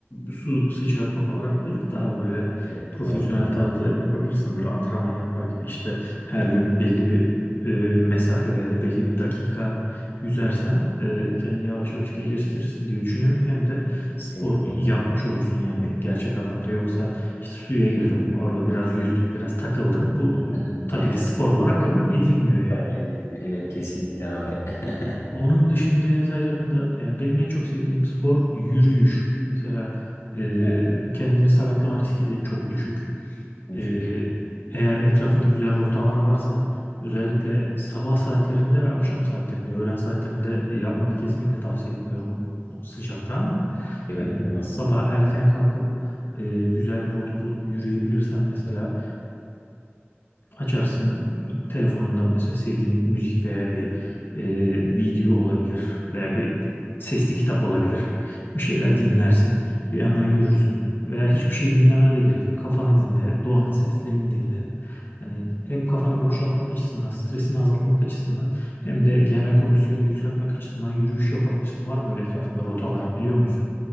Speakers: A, on the left; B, on the left.
A: su sıçratmak olarak değil daha böyle
B: Evet,
A: profesyonel
B: doğru doğru.
A: tarzda yapabilirsen böyle antrenman yapar gibi işte her gün belli bir e, mesafe veya da belli bir dakika yüzersen e, kendini yavaş yavaş geliştirirsin diye düşünüyorum. Hem de spor
B: Evet
A: yapmış
B: abi.
A: olursun yani gerçek anlamda yoksa işte suya girdim orada biraz yüzdüm biraz takıldım
B: <laughs>
A: bu e, tabii
B: Aynen.
A: ki spor olarak kabul edilmiyor yani.
B: Kabul edilmiyor. Evet kesinlikle abi. <laughs>
A: Onun dışında yaz aylarında yani benim en çok sevdiğim spor yürüyüş. Mesela e,
B: Değil mi?
A: kendini sakatlama riski de çok düşük.
B: Düşük.
A: E, eğer etrafında güzel rotalar varsa özellikle sabah saatlerinde ve akşam saatlerinde, öğlen saatlerinde e, yapmanı kesinlikle tavsiye etmiyorum o sıcakta ama
B: Evet,
A: yani
B: değil mi?
A: sabah erken kalkıp e, güzel bir rota bulup yürüyebilirsen mesela Açarsın telefonundan mesela sevdiğim bir müzik veya bir e, video olabilir veya bir sesli kitap olabilir. Bir şeyler dinlersin, bir yandan yürürsün veya hiçbir şey dinlemene de gerek yok. Kafanı dinle, doğanın seslerini dinle. Hani hem kafanı boşaltmak açısından, stresini azaltmak açısından hem de genel kondisyonunu yükseltmek açısından yürüyüş yapabilirsin. Var mı öyle etrafında rotalar biliyor musun?